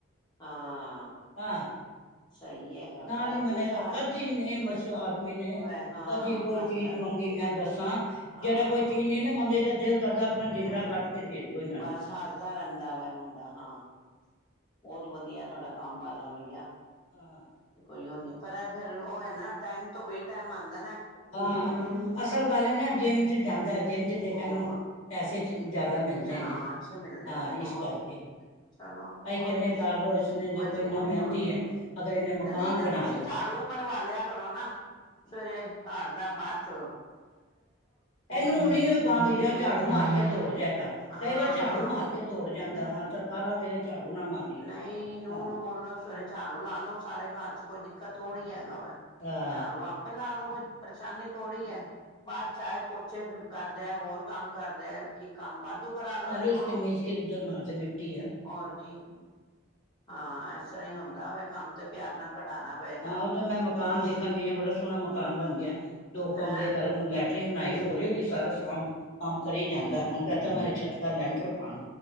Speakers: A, on the left (about 20°); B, on the left (about 75°).
A: ਹਾਂ
B: ਹਾਂ
A: ਸਹੀ ਹੈਗਾ ਵਿਚਾਰਾ
B: ਨਾਲ ਹੀ
A: ਖੁਸ਼
B: ਮਨੇਗਾ
A: ਆ
B: ਕਦੀ ਨਹੀਂ ਏਸ ਆਦਮੀ ਨੇ
A: ਹਾਂ
B: ਕਦੀ ਕੋਈ
A: ਹੱਸਦਾ
B: ਚੀਜ਼ ਮੰਗੀ ਮੈਂ ਦੱਸ ਹਾਂ
A: ਹਾਂ
B: ਜਿਹੜਾ ਕੋਈ ਚੀਜ਼ ਨਹੀਂ ਨਾ ਮੰਗੇਗਾ ਦਿਲ ਕਰਦਾ ਆਪਣਾ ਜਿਗਰਾ
A: ਹਾਂ
B: ਕੱਟ ਕੇ ਦੇ ਦਿਓ ਇਹਨਾਂ
A: ਬਸ
B: ਨੂੰ
A: ਹੱਸਦਾ ਰਹਿੰਦਾ ਵੈਂ ਮੁੰਡਾ ਹਾਂ, ਬਹੁਤ ਵਧੀਆ ਤੁਹਾਡਾ ਕੰਮ ਵਾਲਾ ਬਈਆ
B: ਹਾਂ
A: ਤੇ ਕੋਈ ਉਹ ਨਹੀਂ ਪਰ ਐ ਫੇਰ ਉਹ ਹੈ ਨਾ ਟਾਈਮ ਤੋਂ ਬੇ ਟਾਈਮ ਆਂਦਾ।
B: ਆਹ ਅਸਲ ਗੱਲ ਹੈ ਨਾ ਜਿੰਮ ਚ ਜਾਂਦਾ। ਜਿੰਮ ਚ ਬੇਟੇ
A: ਉਹੋ
B: ਨੂੰ ਪੈਸੇ <inaudible> ਮਿਲਦੇ
A: ਹਾਂ
B: ਨੇ
A: ਅੱਛੇ ਮਿਲਦੇ
B: ਹਾਂ
A: ਹੋਣੇ ਉਹ
B: ਇਸ ਕਰਕੇ
A: ਚਲੋ
B: ਅਸੀਂ
A: ਉਹਦੀ
B: ਕਹਿੰਦੇ
A: ਵੀ
B: ਕਰ ਲਓ ਇਸਨੇ ਦੇਖੋ
A: ਮਜਬੂਰੀ
B: ਇੰਨਾ ਮਿਹਨਤੀ
A: ਹੋਰ ਕੀ,
B: ਹੈ ਅਗਰ ਇਹਨੇ ਮਕਾਨ
A: ਤੇ ਨਹੀਂ ਤੇ
B: ਬਣਾ
A: ਤੁਸੀਂ
B: ਲਿਆ
A: ਝਾੜੂ ਮਰਵਾ ਲਿਆ ਕਰੋ ਨਾ ਸਵੇਰੇ ਘਰ ਦਾ ਬਾਅਦ ਚੋਂ
B: ਇਹਨੂੰ ਹੁਣ ਇਹੋ ਕਹਾਂਗੀ ਜਾ ਝਾੜੂ ਮਾਰ ਕੇ ਜਾ ਦੌੜ ਜਾ ਕਈ
A: ਹਾਂ
B: ਵਾਰ ਝਾੜੂ
A: ਹਾਂ
B: ਮਾਰ ਕੇ ਦੌੜ ਜਾਂਦਾ ਹਾਂ ਤਰਕਾਲਾ ਵੇਲੇ ਝਾੜੂ ਨਾ ਮਾਰੀਏ
A: ਨਹੀਂ ਨੂੰਹ
B: ਹਾਂ
A: ਨੂੰ ਬੋਲੋ ਸਵੇਰੇ ਝਾੜੂ ਲਾ ਲੋੋ ਸਾਰੇ ਘਰ ਚ ਕੋਈ ਕ ਤੋੜੀ ਐ।
B: ਹਾਂ
A: ਝਾੜੂ ਆਪੇ ਲਾ ਲਓ। ਕੋਈ ਪਰੇਸ਼ਾਨੀ ਥੋੜੀ ਐ ਬਾਅਦ ਚਾਹੇ ਪੋਚੇ ਕਰ ਜਾ ਹੋਰ ਕੰਮ ਕਰ ਜਾ ਇੱਕ ਕੰਮ ਵਾਧੂ ਕਰਾ ਲੋ
B: ਕੱਲ
A: ਇਹਦੇ
B: ਇਸ
A: ਕੋਲੋਂ
B: ਕੇ ਮੇਜ਼ ਕੇ ਉੱਧਰ ਮਾਰਦੇ ਮਿੱਟੀ ਐ
A: ਹੋਰ ਕੀ ਹਾਂ ਇਸ ਤਰ੍ਹਾਂ ਹੀ ਹੁੰਦਾ ਵਾ ਕੰਮ ਤੇ ਪਿਆਰ ਨਾਲ ਕਢਾਣਾ ਪਏਗਾ
B: ਹਾਂ ਉਧਰ ਮੈਂ ਮਕਾਨ
A: ਕੁਛ
B: ਦੇਖਣ ਗਈ ਹਾਂ, ਬੜਾ ਸੋਹਣਾ ਮਕਾਨ ਬਣ ਗਿਆ ਦੋ
A: ਹੈਂ
B: ਕਮਰੇ ਕਰ ਹੁਣ ਲੈਟਰਿੰਨ ਬਣਾਈ ਹੋਈ ਹੌਲੀ- ਹੌਲੀ ਸਾਰਾ ਸਵਾਮ ਕੰਮ ਕਰੀ ਜਾਂਦਾ ਹੁਣ ਕਹਿਤਾ ਮੈਂਨੇ ਛਤ ਕਾ ਲੈਂਟਰ ਪਾਣਾ